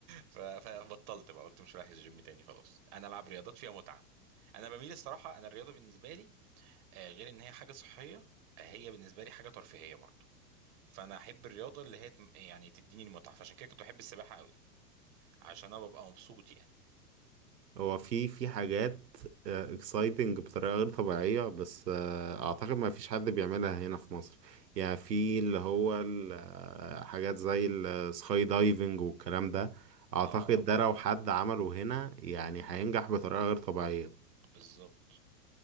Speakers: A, on the right; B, on the right.
A: ف... فبطلت بقى قلت مش رايح الجيم تاني خلاص انا العب رياضات فيها متعه انا بميل الصراحه انا الرياضه بالنسبه لي آه، غير ان هي حاجه صحيه آه، هي بالنسبه لي حاجه ترفيهيه برضه فانا احب الرياضه اللي هي تم- يعني تديني المتعه فعشان كده كنت بحب السباحه قوي عشان انا ببقى مبسوط يعني
B: هو في في حاجات اكسايتنج بطريقة غير طبيعية بس آه،
A: مم.
B: اعتقد ما فيش حد بيعملها هنا في مصر يعني في اللي
A: مم.
B: هو ال- آه، حاجات زي السكاي دايفنج والكلام ده اعتقد
A: اه
B: ده لو حد عمله هنا يعني هينجح بطريقة غير طبيعية
A: بالظبط